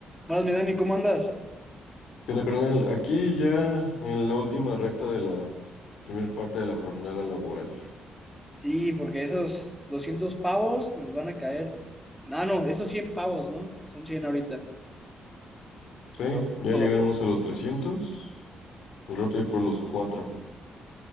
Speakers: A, in the centre; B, on the left (about 80°).
A: Buenas, mi Dani, ¿cómo andas?
B: ¿Qué onda, carnal? Aquí ya en la última recta de la primera parte de la jornada laboral.
A: Sí, porque esos 200 pavos nos van a caer. No, no, esos 100 pavos, ¿no? Son 100 ahorita.
B: Sí,
A: Pero
B: ya
A: por
B: llegaremos
A: lo-
B: a los 300, un rato ahí por los 4.